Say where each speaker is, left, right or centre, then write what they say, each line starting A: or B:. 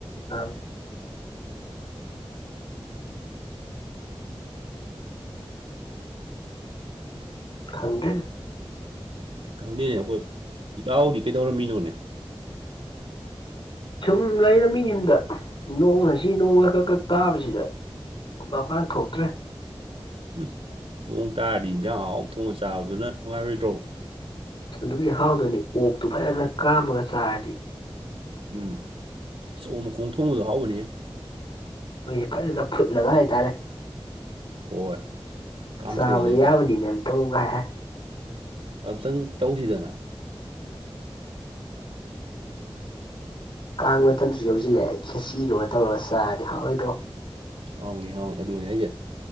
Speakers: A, on the left; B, on the right.
A: ꯌꯥꯝ ꯈꯪꯗꯦ
B: ꯈꯪꯗꯦꯅꯦ ꯑꯩꯈꯣꯏ ꯏꯇꯥꯎꯗꯤ ꯀꯩꯗꯧꯔꯝꯃꯤꯅꯣꯅꯦ
A: ꯁꯨꯝ ꯂꯩꯔꯝ ꯃꯤ ꯌꯨꯝꯗ ꯅꯣꯡ ꯉꯁꯤ ꯅꯣꯡꯒ ꯀꯛ ꯀꯛ ꯇꯥꯕꯁꯤꯗ ꯃꯄꯥꯟ ꯊꯣꯛꯇ꯭ꯔꯦ
B: ꯎꯝ ꯅꯣꯡ ꯇꯥꯔꯗꯤ ꯏꯟꯖꯥꯡ ꯑꯍꯥꯎ ꯊꯣꯡꯉ ꯆꯥꯕꯗꯨꯅ ꯅꯨꯡꯉꯥꯏꯔꯣꯏꯗ꯭ꯔꯣ
A: ꯑꯗꯨꯕꯨꯗꯤ ꯍꯥꯎꯗꯨꯅꯤ ꯑꯣꯛꯇꯨ ꯐꯖꯅ ꯀꯥꯝꯃꯒ ꯆꯥꯔꯗꯤ
B: ꯎꯝ ꯑꯁ ꯑꯣꯛ ꯃꯈꯣꯡ ꯊꯣꯡꯕꯗꯣ ꯍꯥꯎꯕꯅꯤꯍꯦ
A: ꯍꯣꯏꯌꯦ ꯐꯖꯅ ꯐꯨꯠꯂꯒ ꯍꯥꯏꯇꯥꯔꯦ
B: ꯍꯣꯏ ꯀꯥꯝꯊꯣꯛꯑꯒꯀꯣ
A: ꯆꯥꯕꯗꯤ ꯌꯥꯕꯅꯤꯅꯦ ꯑꯇꯕꯨꯒ ꯍꯥꯏꯔꯥ
B: ꯑꯝꯇꯪ ꯇꯧꯁꯤꯗꯅ
A: ꯀꯥꯡ ꯃꯇꯝꯁꯨ ꯌꯧꯁꯤꯜꯂꯛꯑꯦ ꯈꯦꯆꯤꯗꯨꯒ ꯇꯧꯔꯒ ꯆꯥꯔꯗꯤ ꯍꯥꯎꯔꯣꯏꯗ꯭ꯔꯣ
B: ꯍꯥꯎꯅꯤ ꯍꯥꯎꯅꯤ ꯑꯗꯨꯅꯤ ꯍꯥꯏꯁꯦ